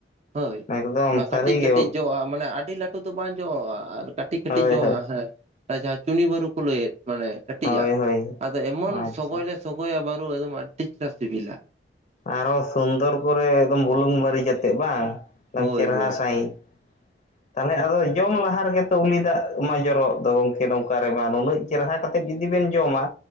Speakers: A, on the right (about 40°); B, on the left (about 40°).
A: ᱦᱳᱭ
B: ᱮᱠᱫᱚᱢ
A: ᱚᱱᱟ ᱠᱟᱹᱴᱤᱡ
B: ᱥᱟᱹᱨᱤᱜᱮ
A: ᱠᱟᱹᱴᱤᱡ ᱡᱚᱜᱼᱟ ᱢᱟᱱᱮ ᱟᱹᱰᱤ ᱞᱟᱹᱴᱩ ᱫᱚ ᱵᱟᱝ ᱡᱚᱜᱼᱟ ᱟᱨ ᱠᱟᱹᱴᱤᱡ ᱠᱟᱹᱴᱤᱡ
B: ᱦᱳᱭ
A: ᱡᱚᱟ
B: ᱦᱳᱭ
A: ᱦᱮᱸ ᱟᱨ ᱡᱟᱦᱟᱸ ᱪᱩᱱᱤ ᱵᱟᱹᱨᱩ ᱠᱚ ᱞᱟᱹᱭᱮᱫ ᱢᱟᱱᱮ ᱠᱟᱹᱴᱤᱡ
B: ᱦᱳᱭ
A: ᱟᱜ
B: ᱦᱳᱭ
A: ᱟᱫᱚ ᱮᱢᱚᱱ
B: ᱟᱪᱪᱷᱟ
A: ᱥᱚᱜᱚᱭ ᱞᱮ ᱥᱚᱜᱚᱭᱟ ᱵᱟᱨᱩ ᱮᱠᱫᱚᱢ ᱟᱹᱰᱤ ᱪᱟᱥ ᱥᱤᱵᱤᱞᱟ
B: ᱟᱨᱦᱚ ᱥᱩᱱᱫᱚᱨ ᱠᱚᱨᱮ ᱮᱠᱫᱚᱢ ᱵᱩᱞᱩᱝ ᱢᱟᱹᱨᱤᱪ ᱟᱛᱮᱜ ᱵᱟᱝ?
A: ᱦᱳᱭ
B: ᱪᱮᱨᱦᱟ
A: ᱦᱳᱭ
B: ᱥᱟᱭᱤᱡ ᱛᱟᱦᱚᱞᱮ ᱟᱫᱚ ᱡᱚᱢ ᱞᱟᱦᱟ ᱨᱮᱜᱮ ᱛᱚ ᱩᱞᱤ ᱫᱟᱜ ᱢᱟ ᱡᱚᱨᱚᱜ ᱫᱚ ᱜᱚᱢᱠᱮ ᱱᱚᱝᱠᱟ ᱨᱮᱢᱟ ᱱᱩᱱᱟᱹᱜ ᱪᱮᱨᱦᱟ ᱠᱟᱛᱮᱫ ᱡᱩᱫᱤ ᱵᱮᱱ ᱡᱚᱢᱟ